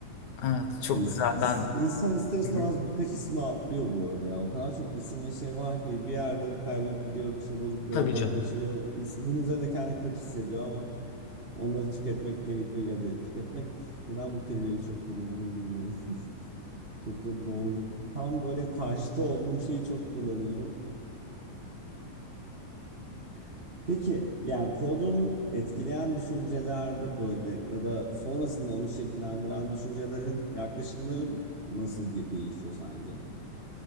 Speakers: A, on the left (about 65°); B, on the right (about 55°).
A: Evet. Çok
B: Yani ins-
A: güzel.
B: ins-
A: Ben
B: insan ister istemez
A: benim,
B: birkaç ismi atlıyor bu arada ya. O kadar çok isim ve şey var ki bir yerde kaybolup gidiyor bir şeyleri gözden
A: tabii canım.
B: kaçırıyor. İns- Bunun üzerine kendi kötü hissediyor ama onları tüketmek gerekiyor ya da tüketmek neden bu kelimeyi çok kullanıyorum bilmiyorum. Çok da doğru. Tam böyle karşıtı olduğum şeyi çok kullanıyorum. Peki yani programı etkileyen düşüncelerde böyle ya da sonrasında onu şekillendiren düşüncelerin yaklaşımları nasıl ge- değişiyor sence?